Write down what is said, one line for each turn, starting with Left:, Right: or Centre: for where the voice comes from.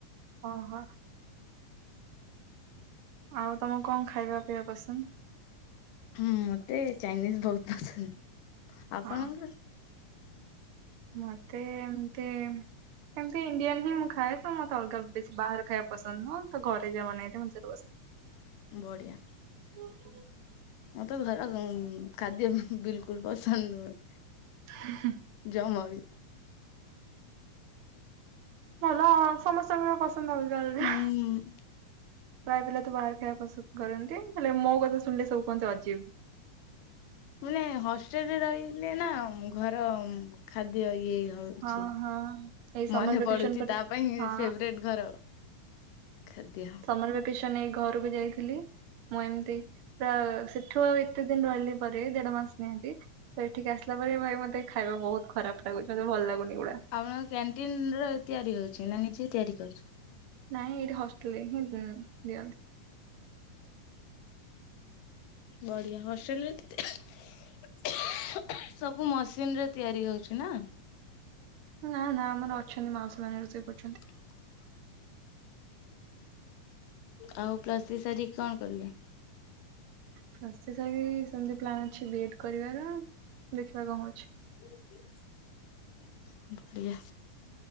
Right: ଓହୋ। ଆଉ ତମକୁ କଣ ଖାଇବା ପିଇବା ପସନ୍ଦ?
Left: ହୁଁ ମତେ ଚାଇନିଜ ବହୁତ ପସନ୍ଦ। ଆପଣଙ୍କୁ?
Right: ହଁ ମତେ ଏମତି ଏମିତି ଇଣ୍ଡିଆନ୍ ହିଁ ମୁଁ ଖାଏ ତ ମତେ ଅଲଗା ବେଶୀ ବାହାର ଖାଇବା ପସନ୍ଦ ନୁହଁ ତ ଘରେ ଯା ବନା ହେଇଥିବ ମୋତ ସେଟା ପସନ୍ଦ। <inaudible>
Left: ବଢ଼ିଆ।
Right: <inaudible>
Left: ମତେ ଘର ଖାଦ୍ୟ ବିଲକୁଲ ପସନ୍ଦ ନୁହେଁ।
Right: <inaudible>
Left: ଜମାବି
Right: ଭଲ ସମସ୍ତଙ୍କୁ ବି ପସନ୍ଦ ଅଲଗା ଅଲଗା
Left: ହୁଁ
Right: ପ୍ରାୟ ପିଲା ତ ବାହାରେ ଖାଇବା ପସନ୍ଦ କରନ୍ତି ହେଲେ ମୋ କଥା ଶୁଣିଲେ ସବୁ କୁହନ୍ତି ଅଜୀବ।
Left: ମାନେ ହଷ୍ଟେଲରେ ରହିଲି ନା ଘର ଖାଦ୍ୟ ଇଏ ହଉ
Right: ହଁ
Left: ଛି
Right: ହଁ ଏଇ ସମର
Left: ମନେ
Right: ଭେକେସନ
Left: ପଡୁଛି
Right: ପରେ
Left: ତା ପାଇଁ
Right: ହଁ
Left: ଫେବରଟ ଘର ଖାଦ୍ୟ
Right: ସମର ଭ୍ୟାକେଶନରେ ଏଇ ଘରକୁ ଯାଇଥିଲି ମୁଁ ଏମିତି ପୁରା ସେ ସେଠୁ ଆଉ ଏତେ ଦିନ ରହିଲି ପରେ ଦେଢ ମାସ ନିହାତି ତ ଏଠିକ ଆସିଲା ପରେ ଭାଇ ମତେ ଖାଇବା ବହୁତ ଖରାପ ଲାଗୁଚି ମତେ ଭଲ ଲାଗୁନି ଏଗୁଡା।
Left: ଆପଣଙ୍କ କ୍ୟାଣ୍ଟିନରେ ତିଆରି ହଉଛି ନା ନିଜେ ତିଆରି କରୁଛ
Right: ନାଇଁ ଏଇଠି ହଷ୍ଟେଲରେ ହିଁ ଦିଅନ୍ତି।
Left: ବଢିଆ ହଷ୍ଟଟେଲରେ ସବୁ ମସିନ ରେ ତିଆରି ହଉଛି ନା?
Right: ନା ନା ଆମର ଅଛନ୍ତି ମାଉସୀ ମାନେ ରୋଷେଇ କରୁଛନ୍ତି।
Left: <inaudible> ଆଉ ପ୍ଲସଥ୍ରୀ ସାରିକି କଣ କରିବେ?
Right: ପ୍ଲସଥ୍ରୀ ସାରିକି ସେମତି ପ୍ଲାନ ଅଛି ବି ଏ ଡ କରିବାର। ଦେଖିବା କଣ ହୋଉଛି।
Left: ବଢିଆ